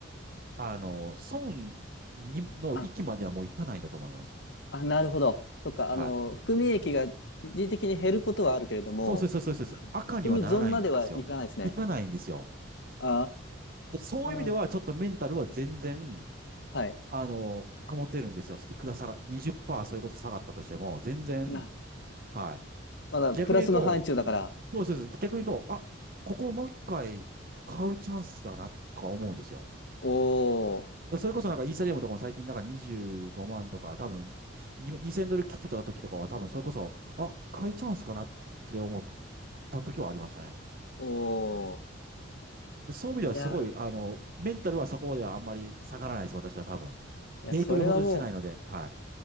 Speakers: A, on the right; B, on the left.
A: あの、損にの域まではもう行かないんだと思います。
B: あ、あ、なるほど。そっか、
A: はい。
B: あの、含み益が一時的に減ることはあるけれども、
A: そうそうそうそうそうそう。
B: ふ含み損まではいかないですね。
A: 赤にはならないんですよ。行かないんですよ。
B: あ
A: でそういう意味では、
B: ー、
A: ちょっとメンタルは全然、
B: はい。
A: あの、保てるんですよ。いくら下が、20%それこそ下がったとしても、全然、
B: な、
A: は
B: まだプラスの範疇だから。
A: い。逆に言うと、うん、そうそうそう。逆に言うと、あ、ここをもう一回買うチャンスだな、とか思うんですよ。
B: おー、
A: それこそなんかイーサリアムとかも最近なんか25万とか、多分に2000ドル切ってた時とかは多分それこそ、あ、買いチャンスかなって思った時はありましたね。
B: おー。
A: でそういう意味ではすごい、
B: いや
A: あの、メンタルはそこまではあんまり下がらないです、私は多分。
B: ー、
A: デイトレほどしてないので、
B: いや、それはも
A: はい。